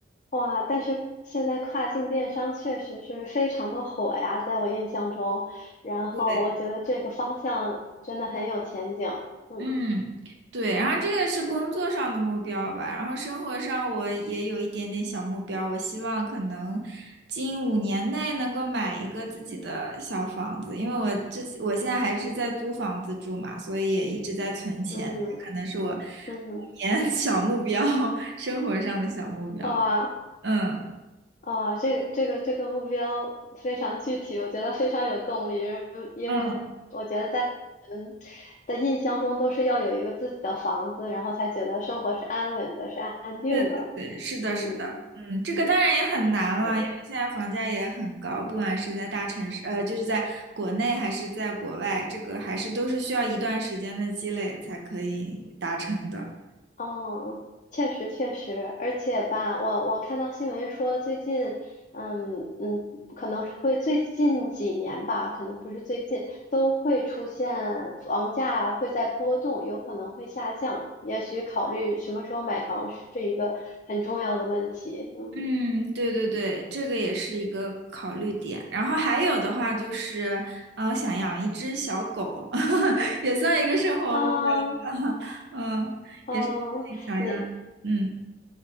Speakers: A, on the left; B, on the right.
A: 哇，但是现在跨境电商确实是非常的火呀，在我印象中，然后我觉得这个方向真的很有前景。
B: 对。
A: 嗯
B: 嗯，对，然后这个是工作上的目标吧，然后生活上我也有一点点小目标，我希望可能近五年内能够买一个自己的小房子，因为我之前我现在还是在租房子住嘛，所以也一直在存钱，
A: 嗯
B: 可能是我五年
A: 嗯，
B: <laughs> 小目标，生活上的小目标。
A: 哇
B: 嗯
A: 哇，这个这个这个目标非常具体，我觉得非常有动力，因为我觉得在我们
B: 嗯
A: 的印象中都是要有一个自己的房子，然后才觉得生活是安稳的，是安定的。
B: 对对对，是的，
A: 嗯
B: 是的，嗯，这个当然也很难了，
A: 嗯
B: 因为现在房价也很高，不管是在大城市，呃，就是在国内还是在国外，这个还是都是需要一段时间的积累才可以达成的。
A: 哦，确实确实，而且吧，我我看到新闻说最近，嗯嗯，可能是会最近几年吧，可能不是最近，都会出现房价会在波动，有可能会下降，也许考虑什么时候买房是一个很重要的问题。嗯
B: 嗯，对对对，这个也是一个考虑点。然后还有的话就是，呃，我想养一只小狗，<laughs> 也算一个生活目标吧。
A: 啊，
B: <laughs> 嗯，
A: 哦，
B: 也是自己想要。
A: 你
B: 嗯。